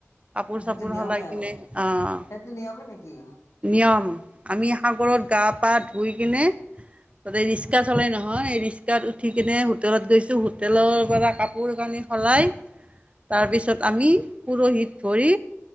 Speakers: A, on the right; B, on the left.
A: কাপোৰ
B: সেইটো
A: চাপোৰ
B: নিয়মে
A: সলাই
B: আৰু।
A: কিনে অহ
B: সেইটো নিয়মে নেকি?
A: নিয়ম আমি সাগৰত গা পা ধুই কিনে তাতে ৰিক্সাত চলাই নহয় এই ৰিক্সাত উঠি কেনে হোটেলত গৈছো হোটেলৰ পৰা কাপোৰ কানি সলাই তাৰপিছত আমি পৰহিত ধৰি